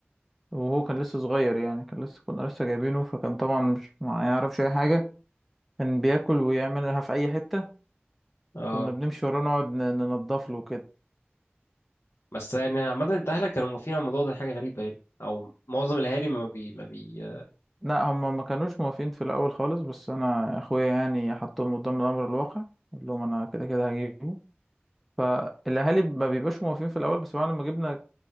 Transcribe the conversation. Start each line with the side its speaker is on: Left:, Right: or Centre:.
Centre: وهو كان لسه صغير يعني كان لسه كنا لسه جايبينه فكان طبعا مش ما يعرفش أي حاجة كان بياكل ويعملها في أي حتة
Left: اه
Centre: كنا بنمشي وراه نقعد ن- ننضف له كده
Left: بس يعني عامة انت اهلك كانوا موافقين على الموضوع ده حاجة غريبة يعني او معظم الاهالي ما بي ما بي
Centre: لا هما ما كانوش موافقين في الأول خالص بس أنا أخويا يعني حطهم قدام الأمر الواقع قلت لهم أنا كده كده هجيبه فالأهالي ما بيبقاش موافقين في الأول بس بعد ما جبنا